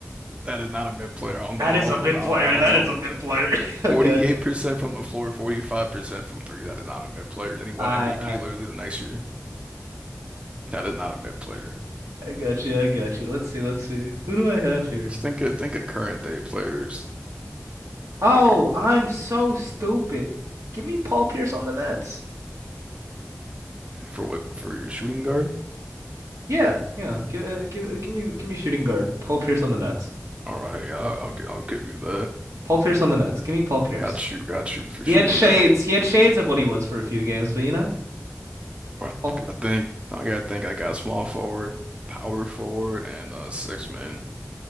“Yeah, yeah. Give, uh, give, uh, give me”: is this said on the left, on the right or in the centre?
Right